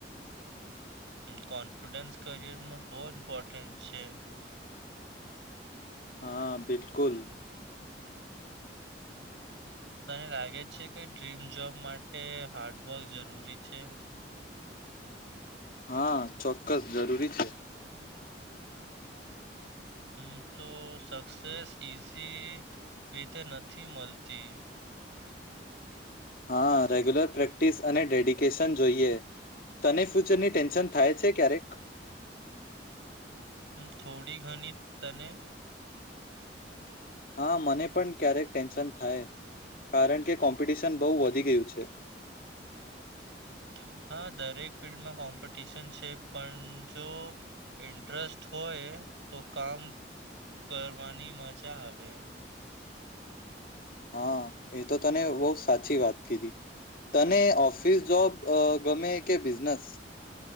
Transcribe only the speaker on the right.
હમ કોન્ફિડન્સ કરિયરમાં બહુ ઇમ્પોર્ટન્ટ છે.
તને લાગે છે કે ડ્રીમ જોબ માટે હાર્ડવર્ક જરૂરી છે?
હમ તો સક્સેસ ઈઝી રીતે નથી મળતી.
હમ થોડી ઘણી. તને?
હમ, હા, દરેક ફિલ્ડમાં કોમ્પિટિશન છે. પણ જો ઇન્ટરેસ્ટ હોય તો કામ કરવાની મજા આવે.